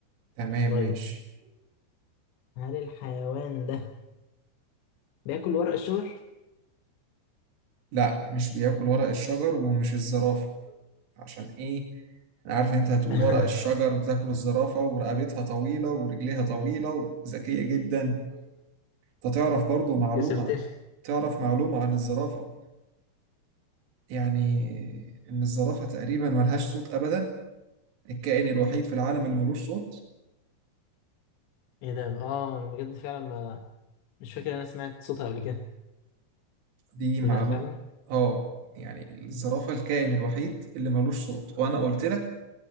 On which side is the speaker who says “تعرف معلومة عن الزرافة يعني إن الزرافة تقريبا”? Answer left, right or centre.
Right